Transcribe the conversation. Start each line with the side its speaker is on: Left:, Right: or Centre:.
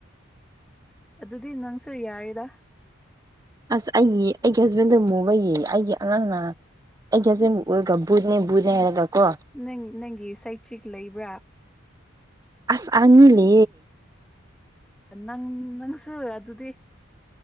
Centre: ꯑꯗꯨꯗꯤ ꯅꯪꯁꯨ ꯌꯥꯏꯑꯗ
Right: ꯑꯁ ꯑꯩꯒꯤ ꯑꯩꯒꯤ ꯍꯁꯕꯦꯟꯗꯣ ꯃꯨꯕꯒꯤ ꯑꯩꯒꯤ ꯑꯉꯥꯡꯅ ꯑꯦꯒꯤꯌꯥꯁ ꯎꯔꯒ ꯕꯨꯖꯅꯤ ꯕꯨꯖꯅꯤ ꯑꯦꯔꯒ ꯀꯣ
Centre: ꯅꯪ ꯅꯪꯒꯤ ꯁꯩꯊ꯭ꯛ ꯂꯩꯕ꯭ꯔꯥ
Right: ꯑꯁ ꯑꯅꯤꯂ
Centre: ꯅꯪ ꯅꯪꯁꯨ ꯑꯗꯨꯗꯤ